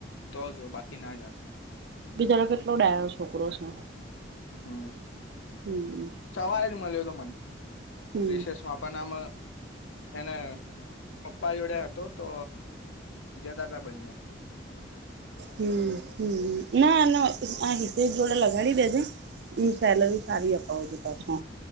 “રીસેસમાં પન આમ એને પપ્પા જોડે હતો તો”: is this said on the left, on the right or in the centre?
Left